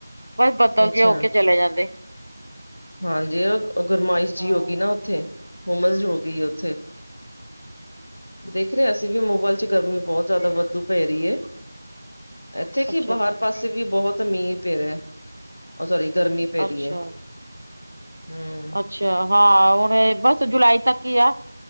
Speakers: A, on the right; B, on the left.
A: ਬਸ ਬੱਦਲ
B: ਅੱਛਾ
A: ਜੇ ਹੋ ਕੇ ਚਲੇ ਜਾਂਦੇ।
B: ਹਾਂਜੀ ਉਹ ਗੁਰਮਾਇਸ਼ ਜੀ
A: ਹਾਂ
B: ਹੋ ਗਈ ਨਾ ਉੱਥੇ, ਹੁਮਸ ਹੋ ਗਈ ਉੱਥੇ। ਦੇਖ ਰਹੇ ਅਸੀਂ ਵੀ ਮੋਬਾਇਲ 'ਚ ਗਰਮੀ ਬਹੁਤ ਜ਼ਿਆਦਾ ਵਾਧੂ ਪੈ ਰਹੀ ਐ। ਇੱਥੇ ਕੀ
A: ਅੱਛਾ
B: ਬਾਹਰ
A: ਅੱਛਾ
B: ਪਾਸੇ ਵੀ ਬਹੁਤ ਮੀਂਹ ਪੇ ਰਿਹਾ। ਉਹ ਸੋਰੀ ਗਰਮੀ ਪੈ ਰਹੀ
A: ਅੱਛਾ
B: ਏ। ਹੂੰ
A: ਅੱਛਾ ਹਾਂ ਹੁਣ ਬਸ ਜੁਲਾਈ ਤੱਕ ਹੀ ਆ।